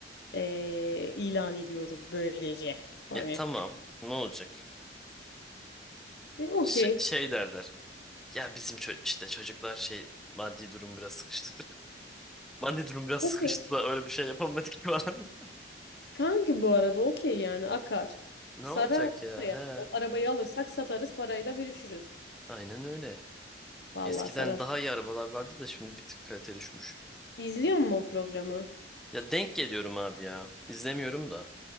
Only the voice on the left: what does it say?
eee, ilan ediyoruz böylece. Hani.
E, okey.
Okey.
Kanki bu arada okey yani akar.
Sarar
yani.
O arabayı alırsak satarız parayı da bölüşürüz.
Vallahi
sarar.
İzliyor musun o programı?